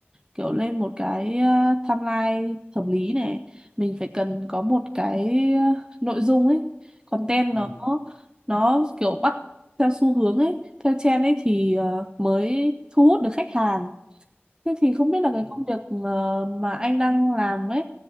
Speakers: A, on the right (about 20°); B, on the right (about 60°).
A: kiểu lên một cái ờ, timeline hợp lý này mình phải cần có một cái ờ, nội dung ấy content
B: ừ,
A: nó nó kiểu bắt theo xu hướng ấy theo trend ấy thì
B: ừ.
A: ờ, mới thu hút được khách hàng thế thì không biết là
B: ừ.
A: cái công việc mà, mà anh đang làm ấy